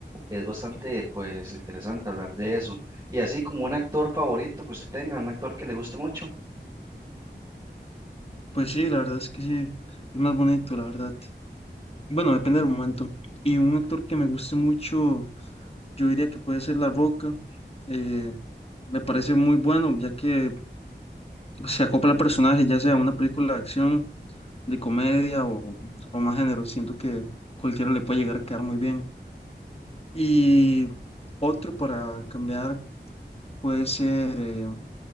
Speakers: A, on the right (about 20°); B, on the left (about 35°).
A: Es bastante pues interesante hablar de eso. Y así como un actor favorito que usted tenga, un actor que le guste mucho.
B: Pues sí, la verdad es que sí, es más bonito, la verdad. Bueno, depende del momento. Y un actor que me guste mucho, yo diría que puede ser La Roca. eh, me parece muy bueno, ya que se acopla al personaje, ya sea una película de acción, de comedia o, o más género. Siento que cualquiera le puede llegar a quedar muy bien. Y otro para cambiar puede ser eh,